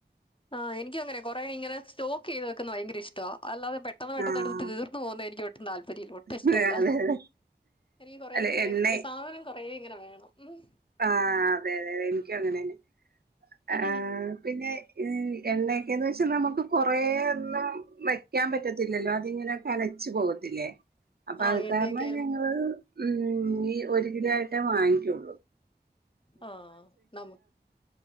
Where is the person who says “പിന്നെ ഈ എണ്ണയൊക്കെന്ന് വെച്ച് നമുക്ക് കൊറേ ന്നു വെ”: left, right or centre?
Right